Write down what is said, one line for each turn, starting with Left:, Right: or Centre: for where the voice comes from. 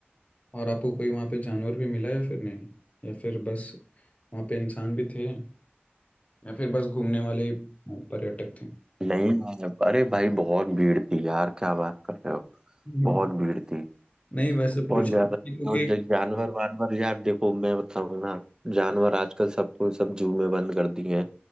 Left: और आपको कोई वहाँ पे जानवर भी मिला या फिर नहीं या फिर बस वहाँ पे इंसान भी थे या फिर बस घूमने वाले ही पर्यटक थे
Right: नहीं मैंने, अरे भाई बहुत भीड़ थी यार क्या बात कर रहे हो
Left: हम्म,
Right: बहुत भीड़ थी
Left: नहीं वैसे
Right: बहुत
Left: पूछा
Right: ज्यादा
Left: क्योंकि
Right: और जो जानवर वानवर यार देखो मैं बताऊँ ना जानवर आजकल सबको सब जू में बंद कर दिए हैं